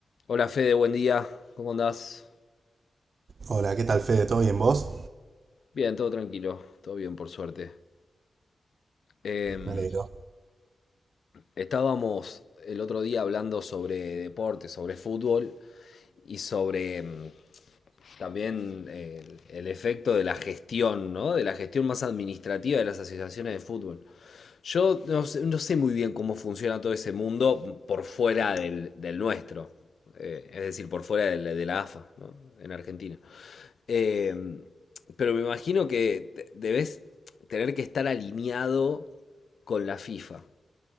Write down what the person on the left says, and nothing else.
Hola Fede, buen día. ¿Cómo andás?
Bien, todo tranquilo, todo bien por suerte. Em,
estábamos el otro día hablando sobre deporte, sobre fútbol y sobre em, también el, el efecto de la gestión, ¿no? De la gestión más administrativa de las asociaciones de fútbol. Yo no sé, no sé muy bien cómo funciona todo ese mundo por fuera del, del nuestro, eh, es decir, por fuera del- de la, de la AFA, ¿no? En Argentina. Eh, pero me imagino que te- debes tener que estar alineado con la FIFA.